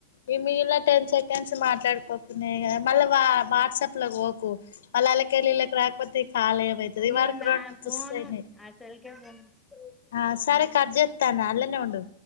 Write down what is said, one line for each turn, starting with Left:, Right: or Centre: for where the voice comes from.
Left: ఈ మిగిలిన టెన్ సెకండ్స్ మాట్లాడుకోకున్నాయిదా మళ్ళ వా వాట్సాప్ లోకి పోకు వాళ్ళ అళ్ళ కెళ్ళీళ్ళకి రాకపోతే కాల ఏమవుతుది
Centre: నేను
Left: వరకి
Centre: దా
Left: రెండు
Centre: పోను
Left: తుస్సైనాయి
Centre: అసలకే పోను.
Left: ఆ సరే
Centre: హ్మ్.
Left: కట్ చేత్తాన్న అలనే ఉండు